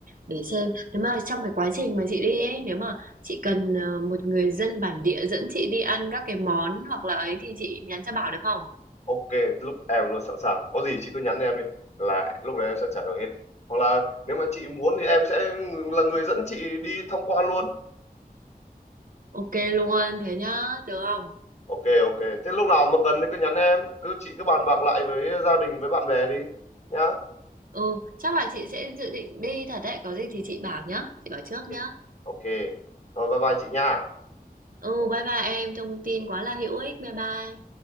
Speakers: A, on the right (about 65°); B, on the left (about 45°).
A: để xem. Nếu mà trong cái quá trình mà chị đi ấy, nếu mà chị cần ờ, một người dân bản địa dẫn chị đi ăn các cái món hoặc là ấy thì chị nhắn cho Bảo được không?
B: ok lúc em luôn sẵn sàng có gì chị cứ nhắn em đi là lúc đấy em sẽ trả lời hết hoặc là nếu mà chị muốn thì em sẽ ng- là người dẫn chị đi tham quan luôn
A: Ok luôn, thế nhá, được không?
B: ok ok thế lúc nào mà cần thì cứ nhắn em cứ chị cứ bàn bạc lại với gia đình với bạn bè đi nhá
A: Ừ, chắc là chị sẽ dự định đi thật đấy, có gì thì chị bảo nhá, chị bảo trước nhá.
B: ok ok. rồi bye bye chị nha
A: Ừ, bye bye em, thông tin quá là hữu ích, bye bye.